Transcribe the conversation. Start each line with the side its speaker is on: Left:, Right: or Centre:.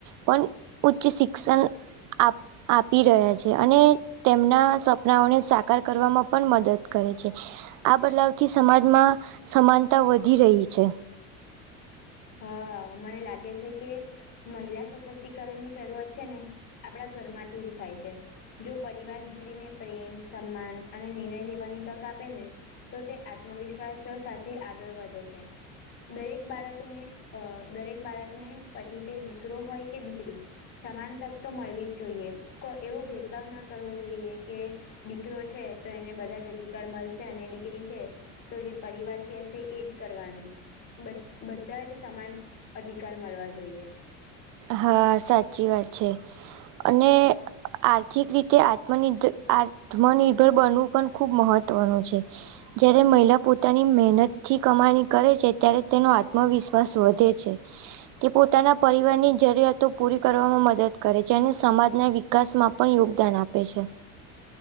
Right: પણ ઉચ્ચ શિક્ષણ આપ આપી રહ્યા છે અને તેમના સપનાઓને સાકાર કરવામાં પણ મદદ કરે છે આ બદલાવથી સમાજમાં સમાનતા વધી રહી છે
Left: હા મને લાગે છે કે મહિલા સશક્તિકરણ ની શરૂઆત છે ને આપણા ઘરમાંથી જ થાય છે જો પરિવાર દીકરીને પ્રેમ સન્માન અને નિર્ણય લેવાની તક આપે ને તો તે આત્મવિશ્વાસ સાથે આગળ વધે છે દરેક બાળકને અ દરેક બાળકને પછી તે દીકરો હોય કે દીકરી સમાન તક તો મળવી જ જોઈએ એવો ભેદભાવ ના કરવો જોઈએ કે દીકરો છે તો એને બધા જ અધિકાર મળશે અને દીકરી છે તો જે પરિવાર કેશે એજ કરવાનો બધા જ સમાન અધિકાર મળવા જોઈએ
Right: હા સાચી વાત છે અને આર્થિક રીતે આત્મનર્ આત્મનિર્ભર બનવું પણ ખૂબ મહત્વનું છે જયારે મહિલા પોતાની મહેનતથી કમાણી કરે છે ત્યારે તેનો આત્મવિશ્વાસ વધે છે તે પોતાના પરિવારની જરૂરિયાતો પૂરી કરવામાં મદદ કરે છે અને સમાજના વિકાસમાં પણ યોગદાન આપે છે